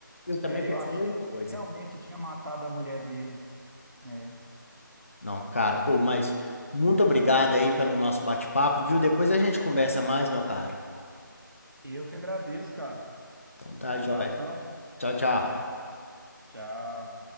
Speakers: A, on the left; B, on the right.
A: Eu também
B: É,
A: pensei
B: eu achei
A: a mesma
B: que
A: coisa.
B: realmente tinha matado a mulher dele, né?
A: Não, cara, ou mas muito obrigado aí pelo nosso bate-papo, viu? Depois a gente conversa mais, meu cara.
B: E eu que agradeço, cara.
A: Então tá,
B: Um
A: joia.
B: abração.
A: Tchau, tchau.
B: Tchau.